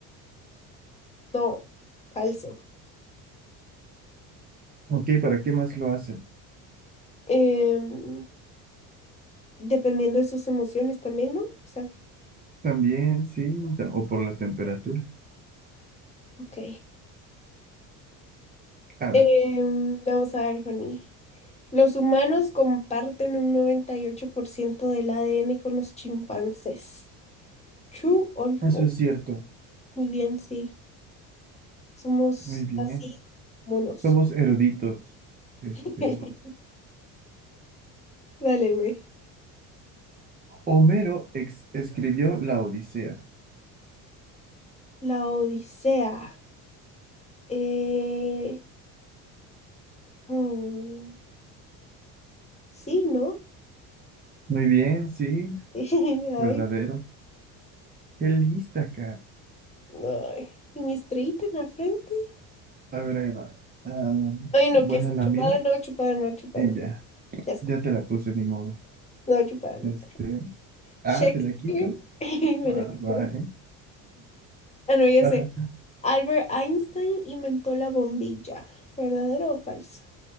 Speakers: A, on the left (about 15°); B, on the right (about 25°).
A: No, falso.
B: Ok, ¿para qué más lo hacen?
A: Em, dependiendo de sus emociones también, ¿no? O sea,
B: También, sí, ta- o por la temperatura.
A: ok.
B: A
A: Em,
B: ver,
A: vamos a ver, Fanny. Los humanos comparten un 98% del ADN con los chimpancés. True or false.
B: eso es cierto.
A: Muy bien, sí. Somos
B: Muy bien.
A: así monos.
B: Somos eruditos. Este,
A: <laughs> Dale, güey.
B: Homero ex- escribió la Odisea.
A: La Odisea. Eh, mm, sí, ¿no?
B: Muy bien, sí,
A: <laughs>
B: verdadero. Qué lista acá.
A: Ay, ay. ¿Y mi estrellita en la frente?
B: A ver, ahí va. Ah,
A: Ay, no,
B: buena
A: qué asco.
B: la
A: Chupada,
B: mira
A: no, chupada, no, chupada,
B: y
A: no.
B: ya.
A: Qué asco.
B: Ya te la puse, ni modo.
A: No, chupada, no.
B: Este, ah,
A: Shakespeare.
B: ¿te la quitas?
A: <laughs> Mira
B: Va,
A: que
B: va,
A: todo.
B: ¿eh?
A: Ah, no, ya
B: Ajá.
A: sé. Albert Einstein inventó la bombilla. ¿Verdadero o falso?